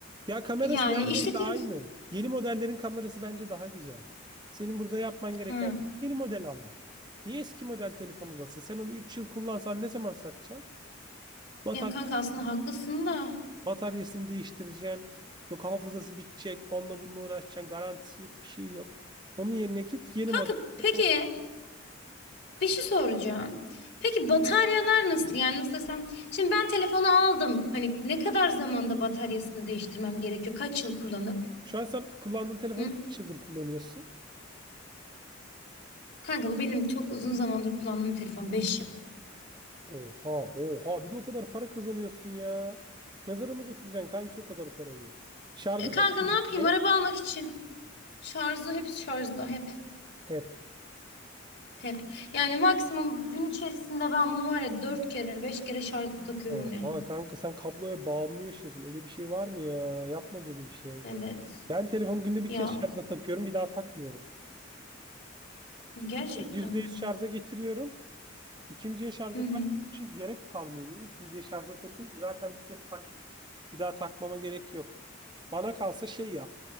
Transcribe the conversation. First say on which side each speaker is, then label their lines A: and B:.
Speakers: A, on the right (about 20°); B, on the left (about 55°).
A: Ya kamerası
B: Yani
A: neredeyse
B: işletim...
A: aynı. Yeni modellerin kamerası bence daha güzel. Senin burada yapman gereken
B: Ha.
A: yeni model almak. Niye eski model telefon olasın? Sen onu 3 yıl kullansan ne zaman satacaksın? Bataryası,
B: Ya kanka aslında haklısın da.
A: bataryasını değiştireceksin. Yok hafızası bitecek. Onunla bununla uğraşacaksın. Garantisi yok. Bir şey yok. Onun yerine git yeni
B: Kanka
A: model
B: peki
A: telefon al.
B: Bir şey soracağım. Peki bataryalar nasıl? Yani nasıl desem? Şimdi ben telefonu aldım. Hani ne kadar zamanda bataryasını değiştirmem gerekiyor? Kaç yıl kullanıp?
A: Şu an sen kullandığın telefonu
B: Hı?
A: kaç yıldır kullanıyorsun?
B: Kanka bu benim çok uzun zamandır kullandığım bir telefon. beş yıl.
A: Oha oha bir de o kadar para kazanıyorsun ya. Mezara mı götüreceksin kanki o kadar parayı? Şarjı
B: E, kanka
A: kaç
B: ne
A: gün
B: yapayım?
A: gidiyor?
B: Araba almak için. Şarjı hep şarjda. Hep.
A: He
B: Hep. Yani maksimum gün içerisinde ben bunu var ya 4 kere 5 kere şarjda takıyorum
A: Oha
B: yani.
A: kanka sen kabloya bağımlı yaşıyorsun. Öyle bir şey var mı ya? Yapma böyle bir şey.
B: Evet.
A: Ben telefonu günde bir
B: Ya
A: kez şarja takıyorum, bir daha takmıyorum.
B: gerçekten
A: Bir kez %100
B: mi?
A: şarja getiriyorum. İkinciye şarja
B: Hı hı.
A: takmak için gerek kalmıyor. Niye ikinciye şarja takayım ki? Zaten bir kez taktım. Bir daha takmama gerek yok. Bana kalsa şey yap.